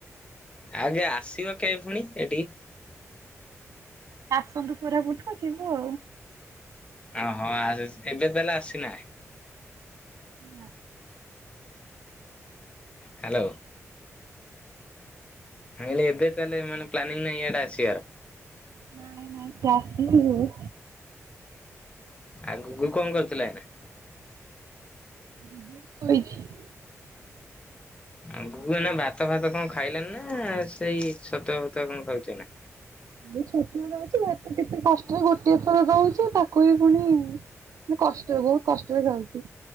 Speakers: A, on the left; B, on the right.
A: ଆଜ୍ଞା ଆସିବ କେହି ପୁଣି ଏଠି?
B: ଆସନ୍ତୁ କୁରାପୁଟରୁ ଯିବୁ ଆଉ।
A: ଓହୋ ଆ ଏବେ ତାହଲେ ଆସିନା।
B: ନାଁ।
A: ହ୍ୟାଲୋ। କାଇଁଲେ ଏବେ ତାହେଲେ ମାନେ ପ୍ଲାନିଂ ନାହିଁ ଇଆଡେ ଆସିବାର।
B: ନଁ ନାଇଁ ଜାସ୍ତି ଯଉ।
A: ଆଗକୁ କଣ କରୁଥିଲା ଏଇନା?
B: ଏବେ ଶୋଇଛି।
A: ଆଁଗକୁ ନା ଭାତ ଭାତ କଣ ଖାଇଲାନି ନା ସେଇ ଛ ଫତୁଆ କଣ ଖାଉଛ ନା?
B: ସେଇ ଛତୁଆ ଦଉଛି ଭାତ କେତେ କଷ୍ଟ ରେ ଗୋଟିଏ ଥର ଦଉଛି ତାକୁ ବି ଫୁଣି କଷ୍ଟରେ ବହୁତ କଷ୍ଟରେ ଖାଉଛି